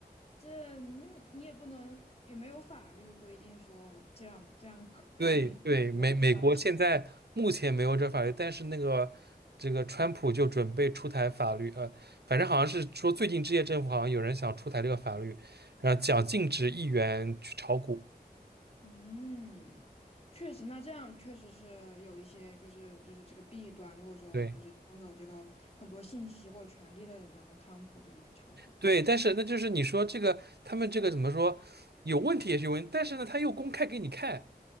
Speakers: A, on the left; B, on the right.
A: 这你你也不能，也没有法律规定说这样这样搞不要能够我消息。
B: 对对，美美国现在目前没有这法律，但是那个这个川普就准备出台法律，呃，反正好像是说最近这届政府好像有人想出台这个法律，然后讲禁止议员去炒股。
A: 嗯，确实，那这样确实是有一些就是就是这个弊端。如果说就是拥有这个很多信息或者权利的人，
B: 对
A: 比方说汤普这种人去炒股。
B: 对，但是那就是你说这个他们这个怎么说有问题也是有问题，但是呢他又公开给你看，